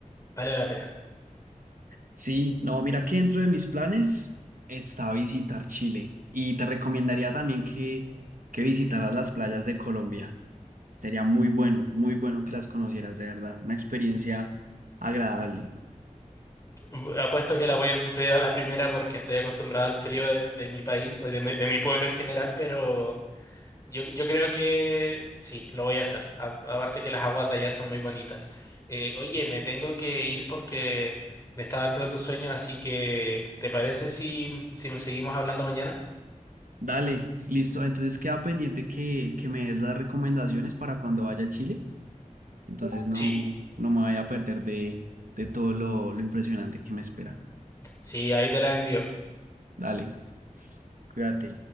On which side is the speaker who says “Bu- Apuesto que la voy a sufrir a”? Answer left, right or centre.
Left